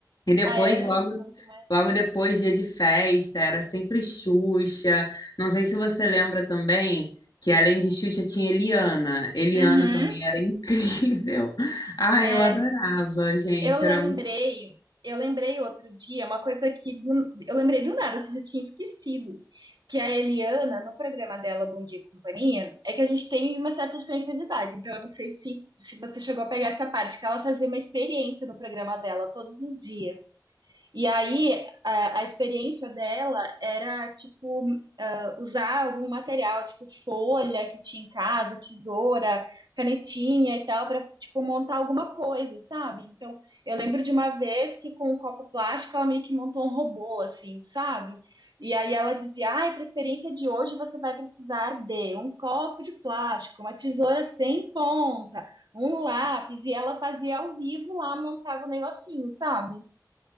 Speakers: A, on the left; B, on the right.
A: E depois,
B: Ah, é
A: logo,
B: muito mais.
A: logo depois, dia de festa, era sempre Xuxa. Não sei se você lembra também que além de Xuxa tinha Eliana. Eliana
B: Uhum.
A: também era incrível. <laughs> Ah,
B: É.
A: eu adorava, gente.
B: Eu
A: Era
B: lembrei. Eu lembrei outro dia uma coisa que do- eu lembrei do nada, você já tinha esquecido, que a Eliana, no programa dela Bom Dia e Companhia, é que a gente tem uma certa diferença de idade, então eu não sei se, se você chegou a pegar essa parte, que ela fazia uma experiência no programa dela todos os dias. E aí, a, a experiência dela era, tipo, usar algum material, tipo, folha que tinha em casa, tesoura, canetinha e tal, para, tipo, montar alguma coisa, sabe? Então, eu lembro de uma vez que com um copo plástico ela meio que montou um robô, assim, sabe? E aí ela dizia: ai, para a experiência de hoje você vai precisar de um copo de plástico, uma tesoura sem ponta, um lápis. E ela fazia ao vivo lá, montava o negocinho, sabe?